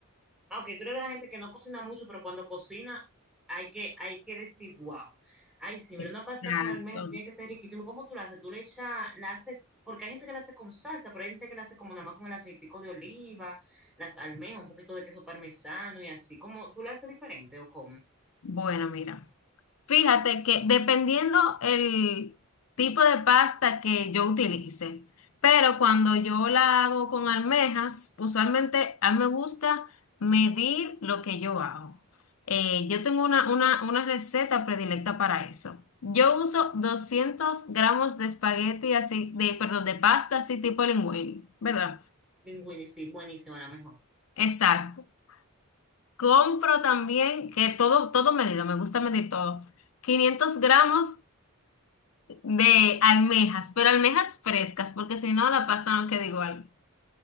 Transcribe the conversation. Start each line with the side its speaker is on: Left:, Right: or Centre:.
Centre: aunque tú eres de la gente que no cocina mucho, pero cuando cocina hay que, hay que decir, wow. Ay, sí,
Left: Exacto.
Centre: mira, una pasta con almendras tiene que ser riquísimo. ¿Cómo tú la haces? Tú le echas, la haces, porque hay gente que la hace con salsa, pero hay gente que la hace como nada más con el aceitico de oliva, las almejas, un poquito de queso parmesano y así. ¿Cómo tú la haces diferente o cómo?
Left: Bueno, mira. Fíjate que dependiendo el tipo de pasta que yo utilice, pero cuando yo la hago con almejas, usualmente a mí me gusta medir lo que yo hago. Eh, yo tengo una, una, una receta predilecta para eso. Yo uso 200 gramos de espagueti así, de, perdón, de pasta así tipo linguini, ¿verdad?
Centre: Linguini, sí, buenísima, la mejor.
Left: Exacto. Compro también, que todo, todo medido, me gusta medir todo. 500 gramos de almejas, pero almejas frescas, porque si no la pasta no queda igual.